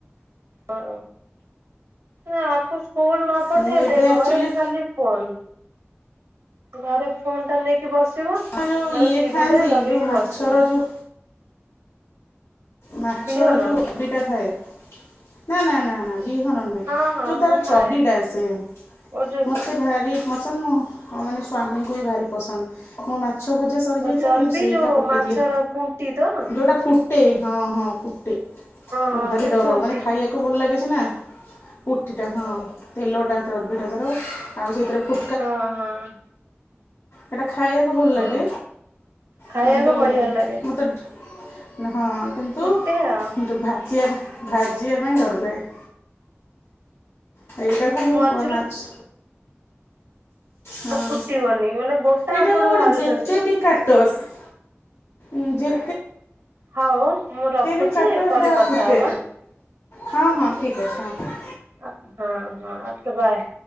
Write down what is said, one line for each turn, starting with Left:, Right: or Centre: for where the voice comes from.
Right: ହଁ ନା ଆକୁ ସ୍କୁଲ ନ ପଠେଇଲେ
Left: ମୁଁ ଏବେ
Right: ଘରେ
Left: ଆକ୍ଚୁଆଲି
Right: ଖାଲି ଫୋନ ଘରେ ଫୋନଟା ନେଇକି ବସିବ।
Left: ହଁ ଯେଉଁ
Right: ମାନେ
Left: ଇଏ
Right: ଟିଭିିଟା
Left: ଖାଆନ୍ତି
Right: ଲଗେଇକି
Left: ଯେଉଁ ମାଛର
Right: ବସିବ।
Left: ଯେଉଁ ମାଛର
Right: ବିହନ
Left: ଯୋଉ ହବିଟା ଥାଏ ନା ନା ନା ନା ବିହନ ନୁହେଁ।
Right: ହଁ ହଁ
Left: ଯୋଉ ତାର
Right: ମୁଁ ଖାଏ
Left: ଚର୍ବିଟା ଆସେ ମ
Right: ଓ ଯୋଉ
Left: ମତେ ଭାରି ପସନ୍ଦ ମୋ ମାନେ ସ୍ଵମୀଙ୍କୁ ବି ଭାରି ପସନ୍ଦ ମୋ ମାଛଭଜା ସେ ସରିଯାଇଥିଲା
Right: ଚର୍ବି
Left: କିନ୍ତୁ ସେଇଟା
Right: ଯୋଉ
Left: ପକେଇଥିଲେ
Right: ମାଛର ପୁଣ୍ଟି ତ ହଁ
Left: ଯୋଉଟା ଫୁ ଫୁଟେ ହଁ ହଁ ଫୁଟେ ଆଉ
Right: ହଁ
Left: ଭାରି
Right: ସେ
Left: ଡର
Right: ପୁଣ୍ଟି
Left: ମାନେ ଖାଇବାକୁ ଭଲ ଲାଗେ ସିନା। ଫୁଟିଟା ହଁ ତେଲଟା ଚର୍ବିଟା ତାର ଆଉ ସେଇଥିରେ ଫୁ
Right: ହଁ ହଁ।
Left: ହେଟା ଖାଇବାକୁ ଭଲ ଲାଗେ
Right: ହଁ ଖାଇବାକୁ
Left: କିନ୍ତୁ
Right: ବଢିଆ ଲାଗେ
Left: ମତେ ଟ୍ ହେଟା ହଁ କିନ୍ତୁ
Right: ଫୁଟେ ଆଉ
Left: ଭାଜିବା ପାଇ ଭାଜିବା ପାଇଁ ଡର ଲାଗେ। ଆ ଏଇଟାକୁ ମୁଁ
Right: ମଝିରୁ
Left: ପ୍ ମାଛ ହଁ
Right: ଫୁଟିବନି ମାନେ ଗୋଟା
Left: ଏଇଟାକୁ
Right: ଆପଣ
Left: ଗୋଟେ
Right: ଭାଜୁଛନ୍ତି
Left: ଯେତେ ବି କାଟ ସ୍ ଉଁ ଯେ
Right: ହଉ ମୁଁ ରଖୁଚି
Left: ବି କାଟ
Right: ପରେ
Left: ସେଇଟା
Right: କଥା
Left: ଫୁଟେ
Right: ହବା।
Left: ହଁ ହଁ ଠିକ୍ ଅଛି ହଁ।
Right: ଆ ହଁ ହଁ ଆ ଟିକେ ବାଏ।